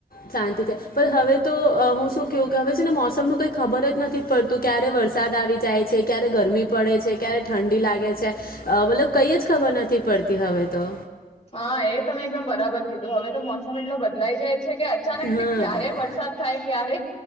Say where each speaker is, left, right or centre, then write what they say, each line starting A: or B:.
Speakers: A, on the left (about 80°); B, on the left (about 45°).
A: શાંતિથી પણ હવે તો હું શું કું કે હવે છે ને મોસમનું કંઈ ખબર જ નથી પડતું, ક્યારે વરસાદ આવી જાય છે, ક્યારે ગરમી પડે છે, ક્યારે ઠંડી લાગે છે, મતલબ કઈ જ ખબર નથી પડતી હવે તો.
B: હા એ તમે એકદમ બરાબર કીધું. હવે તો મોસમ એટલો બદલાઈ જાય છે છે કે અચાનક
A: હા
B: થી ક્યારે વરસાદ થાય ક્યારે